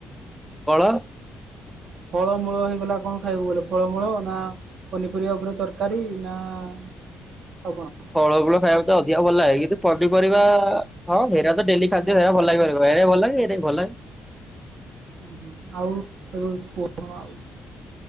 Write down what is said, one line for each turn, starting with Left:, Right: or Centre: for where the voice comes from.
Centre: କଣ?
Right: ଫଳମୂଳ ହେଇଗଲା କଣ ଖାଇବାକୁ ଗଲେ ଫଳମୂଳ ନା ପନିପରିବା ଉପରେ ତରକାରୀ ନା-ଆ-ଆ ଆଉ କଣ?
Centre: ଫଳ ମୂଳ ଖାଇବାକୁ ତ ଅଧିକା ଭଲ ଲାଗେ କିନ୍ତୁ ପନିପରିବା-ଆ-ଆ-ଆ ହଁ ହେରା ତ ଡେଲି ଖାଦ୍ୟ ହେରା ଭଲ ଲାଗେ ବେଳେ ବେଳେ ହେରା ଭଲ ଲାଗେ ଏରା ବି ଭଲ ଲାଗେ।
Right: ହୁଁ ହୁଁ, ଆଉ <unintelligible> ଆଉ।